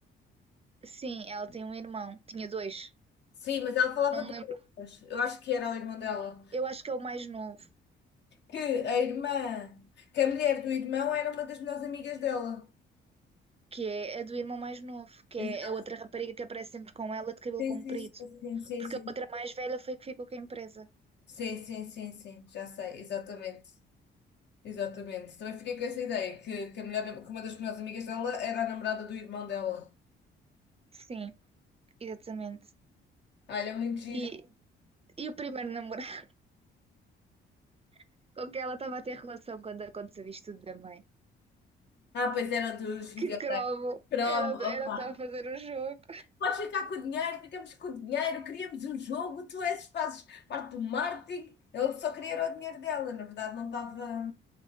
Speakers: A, on the right (about 30°); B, on the left (about 60°).
A: Sim, ela tem um irmão, tinha dois,
B: Sim, mas ela falava
A: não
B: do
A: me lembro.
B: Lucas. Eu acho que era o irmão dela.
A: Eu acho que é o mais novo,
B: Que a irmã, que a mulher do irmão era uma das melhores amigas dela.
A: que é a do irmão mais novo, que
B: Exato.
A: é a outra rapariga que aparece sempre com ela de cabelo
B: Sim,
A: comprido.
B: sim, sim, sim, sim,
A: porque
B: sim.
A: a outra mais velha foi que ficou com a empresa.
B: Sim, sim, sim, sim. Já sei, exatamente. Exatamente. Também fiquei com essa ideia, que, que, a melhor, que uma das melhores amigas dela era a namorada do irmão dela.
A: Sim, exatamente.
B: Olha, muito giro.
A: E, e o primeiro namorado <laughs> com que ela estava a ter relação quando aconteceu isto tudo da mãe.
B: Ah, pois era dos videogames.
A: Que crovo!
B: Cromo,
A: Era, o
B: opa.
A: era o que estava a fazer o jogo.
B: Podes ficar com o dinheiro, ficamos com o dinheiro, queríamos um jogo, tu és, fazes parte do marketing. Ele só queria era o dinheiro dela, na verdade não estava.